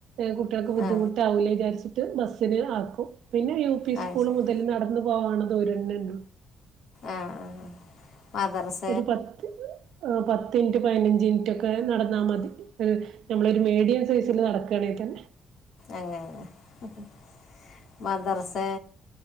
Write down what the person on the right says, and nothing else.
കുട്ടികൾക്ക് ബുദ്ധിമുട്ട്-
വൂല്ലെ വിചാരിച്ചിട്ട് ബസ്സിന് ആക്കും. പിന്നെ യൂപി സ്കൂള്
മുതല് നടന്ന് - പോവാള്ള ദുരെന്നെള്ളു.
ഒരു പത്ത് ആ പത്ത് മിൻറ്റ് പയിനഞ്ച് മിറ്റൊക്കെ നടന്നാമതി. ഒരു നമ്മളൊരു മെഡിയം സൈസില് നടക്കണെങ്കിതന്നെ.